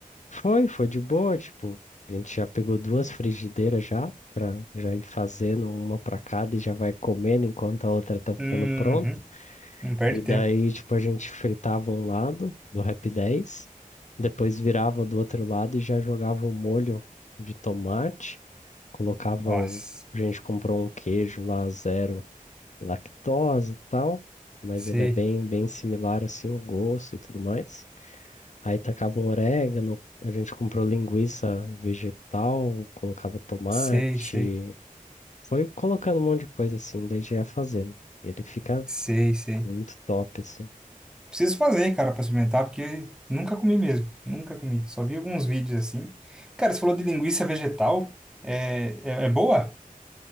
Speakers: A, on the left; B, in the centre.
A: foi, foi de boa, tipo, a gente já pegou duas frigideiras já, pra já ir fazendo uma pra cada e já vai comendo enquanto a outra tá ficando
B: Uhum.
A: pronta.
B: Não perde
A: E
B: tempo.
A: daí, tipo, a gente fritava um lado do Rap 10, depois virava do outro lado e já jogava o molho de tomate. colocava
B: Nossa.
A: o. A gente comprou um queijo lá, zero lactose e tal, mas
B: Sei,
A: ele é bem, bem similar assim, o gosto e tudo mais. Aí tacava um orégano, a gente comprou linguiça vegetal, colocava tomate,
B: sei, sei,
A: foi colocando um monte de coisa assim, daí já ia fazendo. Ele fica
B: sei, sei.
A: muito top assim.
B: Preciso fazer, cara, pra experimentar, porque nunca comi mesmo. Nunca comi. Só vi alguns vídeos assim. Cara, você falou de linguiça vegetal. É, é, é boa?